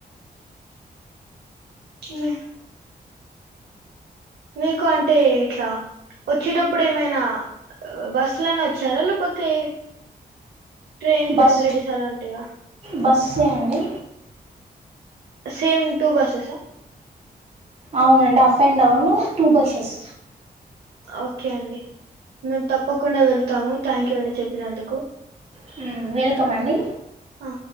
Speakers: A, on the right (about 90°); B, on the right (about 40°).
A: మ్మ్ మీకు అంటే ఇట్లా వచ్చేటప్పుడు ఏమైనా. బస్ లోనే వచ్చారా లేకపోతే ట్రైన్ ఫెసిలిటీస్
B: బస్
A: అలాంటివా.
B: బస్సే అండి
A: సేమ్ టూ బస్సేసా
B: అవునండి up and down two buses.
A: Okay అండి మేము తప్పకుండా వెళ్తాము థ్యాంక్ యూ అండి చెప్పినందుకు.
B: హు వెల్కమ్ అండి.
A: ఆ